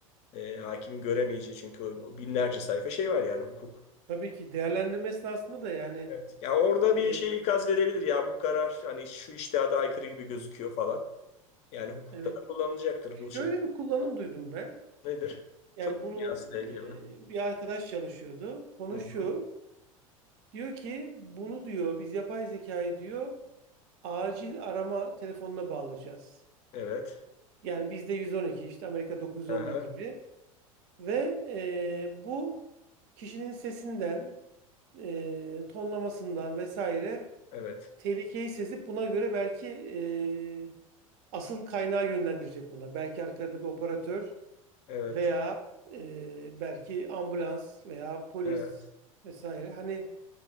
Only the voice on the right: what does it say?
Tabii ki değerlendirme esnasında da yani
e,
evet.
Şöyle bir kullanım duydum ben.
Yani
bunu
e,
bir arkadaş çalışıyordu. Konu
şu. Diyor ki bunu diyor biz yapay zekayı diyor acil arama telefonuna bağlayacağız.
Yani bizde 112 işte Amerika 911
gibi. Ve e, bu kişinin sesinden, e, tonlamasından vesaire
tehlikeyi sezip buna göre belki e, asıl kaynağı yönlendirecek ona. Belki arkada bir operatör
veya e, belki ambulans veya polis
vesaire. Hani